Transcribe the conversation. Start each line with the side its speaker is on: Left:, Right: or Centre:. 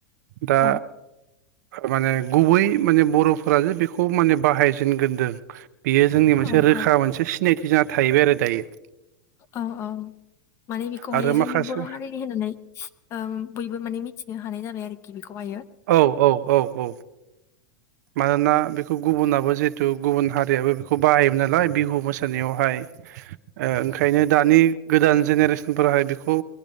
Right: दा
Left: औ
Right: माने गुबै माने बर'फोराजे बेखौ माने बाहायजेनग्रोदों बेयो जोंनि मोनसे
Left: औ
Right: रोखा मोनसे सिनायथि जाना थाहैबाय आरो दायो।
Left: औ औ माने बेखौहायो
Right: आरो
Left: जोंनि
Right: माखासे
Left: बर' हारिनि होननानै ओ बयबो माने मि थिनो हानाय जाबाय आरोखि बेखौहायो।
Right: औ औ औ औ मानोना बेखौ गुबुनाबो जे तु गुबुन हारियाबो बेखौ बाहायोमोन नालाय बिहु मोसानायावहाय ओ ओंखायनो दानि गोदान जेनेरेसनफोराहाय बेखौ